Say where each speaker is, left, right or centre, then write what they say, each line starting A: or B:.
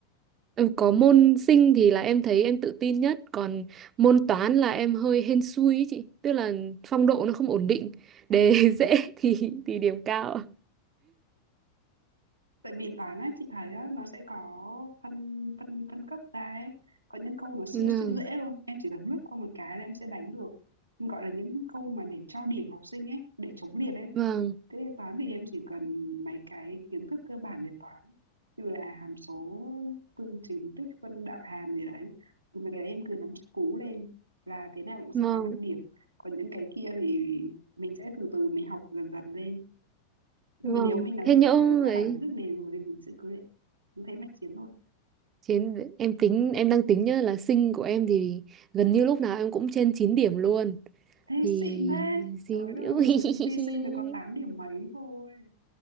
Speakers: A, on the right; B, on the right.
A: Ừ, có môn sinh thì là em thấy em tự tin nhất còn môn toán là em hơi hên xui ý chị tức là phong độ nó không ổn định đề <laughs> dễ thì thì điểm cao
B: tại vì toán á chị thấy á nó sẽ có phân phân phân cấp ra ấy có những câu nó siêu
A: vâng
B: siêu dễ luôn em chỉ cần lướt qua một cái là em sẽ đánh được gọi là những câu mà để cho điểm học sinh ấy để chống liệt ấy
A: vâng
B: Thế toán thì em chỉ cần mấy cái kiến thức cơ bản về toán như là hàm số, phương trình, tích phân, đạo hàm gì đấy. Ừ, Mấy cái đấy em cứ nắm chắc cú lên là thế nào cũng sẽ
A: vâng
B: có 5 điểm. Còn những cái kia thì mình sẽ từ từ mình học dần dần lên. Nhưng
A: vâng
B: mình nếu mình nắm
A: thế
B: được
A: nhỡ
B: cái kiến thức cơ bản,
A: ấy
B: kiến thức nền rồi thì mình sẽ cứ lệ- cứ thế mà chiến thôi.
A: chiến em tính em đang tính nhá là sinh của em thì gần như lúc nào em cũng trên 9 điểm luôn
B: Thế
A: thì
B: xịn thế.
A: xin
B: Trời đất ơi, ngày
A: <laughs>
B: xưa chị thi sinh được có 8 điểm mấy thôi.